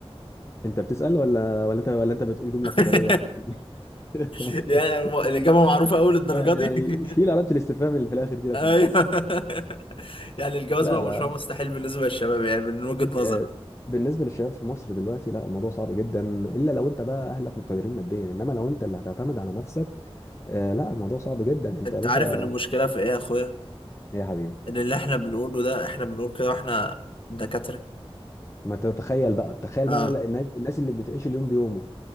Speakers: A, on the left; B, on the left.
A: <laughs> انت بتسأل ولا ولا انت ولا انت بتقول جمله
B: <laughs>
A: خبريه يعني
B: يعني
A: <laughs>
B: الم- الإجابة معروفة أوي للدرجة
A: اه يعني
B: دي <laughs>
A: شيل علامه الاستفهام اللي في الاخر دي لو
B: ايوه
A: سمحت
B: <laughs> يعني الجواز
A: لا
B: بقى
A: لا
B: مشروع مستحيل بالنسبه للشباب يعني من وجهه نظر
A: آه، بالنسبه للشباب في مصر دلوقتي لا الموضوع صعب جدا الا لو انت بقى اهلك مقتدرين ماديا انما لو انت اللي هتعتمد على نفسك آه، لا الموضوع صعب جدا انت
B: انت
A: يا باشا
B: عارف ان المشكله في ايه يا اخويا
A: يا حبيبي
B: ان اللي احنا بنقوله ده احنا بنقول كده واحنا دكاتره
A: ما انت تتخيل بقى تخيل
B: اه
A: بقى الناس الناس اللي بتعيش اليوم بيومه